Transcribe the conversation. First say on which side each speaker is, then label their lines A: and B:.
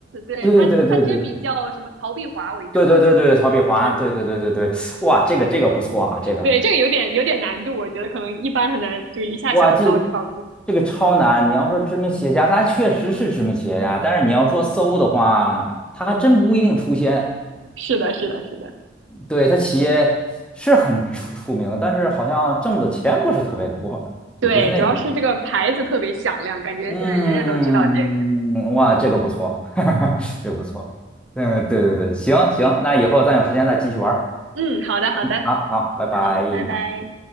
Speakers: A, on the right; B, in the centre.
A: 对他，
B: 对对对对对
A: 他真名叫什么？曹碧华，我印象中好像是，
B: 对对对对，曹碧华，对对对对对，哇，这个这个不错啊，这个
A: 是对这个有点有点难度，我觉得可能一般很难，就是一下想不到这方面。
B: 哇，这个这个超难！你要说知名企业家，他确实是知名企业家，但是你要说搜的话，他还真不一定出现。
A: <laughs> 是的，是的，是的，
B: 对，他企业是很出出名，但是好像挣的钱不是特别多，
A: 对，
B: 就不是那种。
A: 主要是这个牌子特别响亮，感觉现在人人都知道这个。
B: 嗯，哇，这个不错，<laughs> 这个不错。嗯，对对对，行行，那以后咱有时间再继续玩儿。
A: 嗯，好的，好的，
B: 好好，拜拜。
A: 好，拜拜。